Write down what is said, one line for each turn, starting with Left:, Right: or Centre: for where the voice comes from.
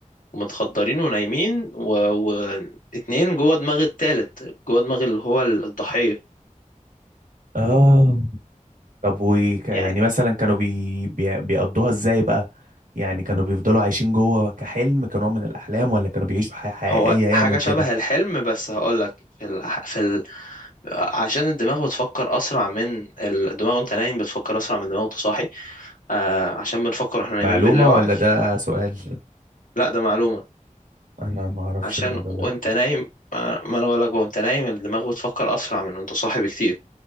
Left: ومتخدرين ونايمين و... واتنين جوه دماغ التالت جوه دماغ اللي هو الضحيه
Right: اه طب و يعني
Left: يعني
Right: مثلا كانوا بي بي بيقضوها ازاي بقى يعني كانوا بيفضلوا عايشين جوه كحلم كنوع من الأحلام ولا كانوا بيعيشوا حياة حقيقية
Left: هو
Right: يعني
Left: حاجة
Right: وكده
Left: شبه الحلم بس هقولك في ال... في ال... عشان الدماغ بتفكر أسرع من الدماغ وأنت نايم بتفكر أسرع من الدماغ وأنت صاحي آه عشان بنفكر واحنا نايمين
Right: معلومة
Left: باللا وعي
Right: ولا ده سؤال
Left: لا ده معلومة
Right: انا ما اعرفش
Left: عشان
Right: الموضوع
Left: وأنت
Right: ده
Left: نايم آه ما أنا بقولك بقى، وأنت نايم الدماغ بتفكر أسرع من وأنت صاحي بكتير